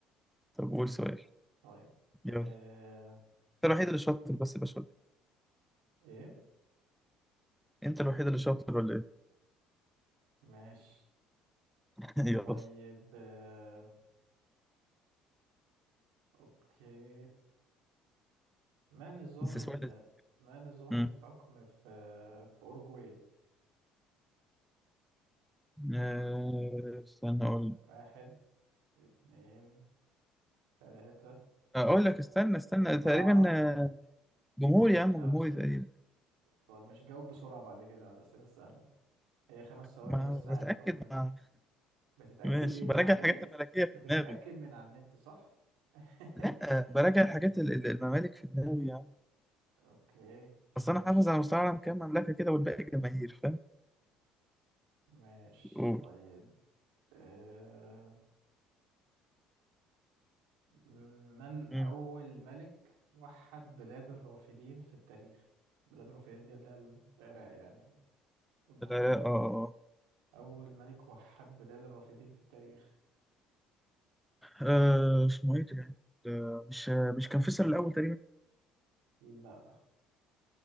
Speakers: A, in the centre; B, on the right.
A: طب قول سؤال
B: طيب آه...
A: يلا انت الوحيد اللي شاطر بس يا باشا ولا
B: إيه
A: إيه؟ انت الوحيد اللي شاطر ولا ايه
B: ماشي
A: <laughs> يلا
B: طيب آه... أوكي ما نظام
A: بس
B: ال...
A: سؤال
B: ما نظام
A: امم
B: الحكم في في أوروجواي؟
A: آه، استنى اقول
B: واحد اتنين تلاتة
A: اقول لك استنى استنى
B: أربعة
A: تقريبا آه، جمهوري
B: خمسة
A: يا عم جمهوري تقريبا
B: طب ماشي جاوب بسرعة بعد كده على الأسئلة السهلة هي خمس ثواني
A: ما
B: بس
A: بتاكد
B: هعدهم لك
A: مع
B: بتتأكد
A: ماشي
B: إيه
A: براجع
B: من على
A: الحاجات
B: النت؟
A: الملكيه في
B: بتتأكد
A: دماغي
B: من على النت صح؟ <laughs>
A: لا آه، براجع الحاجات ال- ال- الممالك في دماغي يا عم
B: أوكي
A: اصل
B: ماشي
A: انا حافظ على مستوى العالم كام مملكه كده والباقي جماهير
B: ماشي
A: أوه.
B: طيب آه... من
A: امم
B: أول ملك وحد بلاد الرافدين في التاريخ؟ بلاد الرافدين دي اللي هي العراق يعني والممالك
A: العراق
B: بتاعتها
A: اه اه
B: أول ملك وحد بلاد الرافدين في التاريخ
A: آه، آه، اسمه ايه ده؟ ده مش مش كان فيصل الاول تقريبا
B: لا